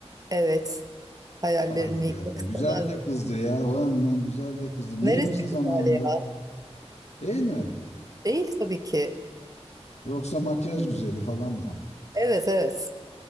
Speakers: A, on the right; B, on the left.
A: Evet. Hayallerini
B: Hadi
A: yıkmak
B: be.
A: istemezdim.
B: Güzel de kızdı ya. O yönden güzel de kızdı.
A: Neresi
B: Niye bizi zamanında?
A: güzel ya?
B: Değil mi?
A: Değil tabii ki.
B: Yoksa makyaj güzeli falan mı?
A: Evet evet.